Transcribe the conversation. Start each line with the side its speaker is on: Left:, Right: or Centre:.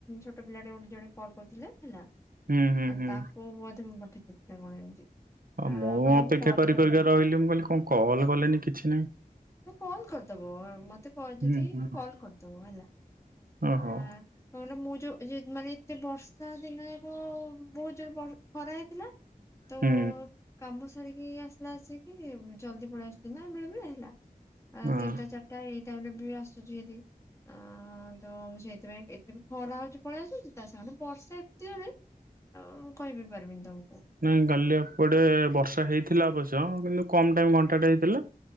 Left: ଛୋଟ ପିଲାଟେ ଗୋଟେ ଜଣେ କଲ୍ କରୁଥିଲେ ହେଲା।
Right: ହୁଁ ହୁଁ।
Left: ଆଉ
Right: ହୁଁ।
Left: ତାକୁ ବୋଧେ ମୁଁ ପଠେଇଦେଇଥିଲି ନା କଣ ଏମିତି।
Right: ଅହ
Left: ଆ
Right: ମୁଁ
Left: କହିଲା
Right: ଅପେକ୍ଷା
Left: କଲ୍
Right: କରି
Left: କରିବି।
Right: କରିକା ରହିଲି ମୁଁ କହିଲି କଣ କଲ କଲେନି କିଛି ନାହିଁ।
Left: କଲ କରିଦବ ମତେ କ ଯଦି
Right: ହୁଁ ହୁଁ
Left: କଲ କରିଦବ ହେଲା
Right: ଓହୋ
Left: ଆଁ କାହିଁକି ନା ମୁଁ ଯୋଉ ମାନେ ଏତେ ବର୍ଷା ଦିନ ଯାକ ବହୁତ ଜୋରରେ ବ ଖରା ହେଇଥିଲା। ତ
Right: ହୁଁ
Left: କାମ ସାରିକି ଆସିଲା ଏସିକି ଜଲଦି ପଳେଇ ଆସନ୍ତି ନା ବେଳେ ବେଳେ ହେଲା। ଆ
Right: ହଁ।
Left: ତିନିଟା ଚାରିଟା ଏଇ ଟାଇମରେ ବି ଆସୁଛି ଭାରି। ଆ ତ ସେଇଥିପାଇଁ ଏତେ ଖରା ହଉଛି ପଳେଇ ଆସୁଛି ତା ସାଙ୍ଗ ବର୍ଷା ଏତେଯୋରେ। ଆଉ କହିବି ପାରିବିନି ତମକୁ।
Right: ନାଇଁ କାଲି ଏପଟେ ବର୍ଷା ହେଇଥିଲା ଅବଶ୍ୟ କିନ୍ତୁ କମ ଟାଇମ ଘଣ୍ଟାଟେ ହେଇଥିଲା।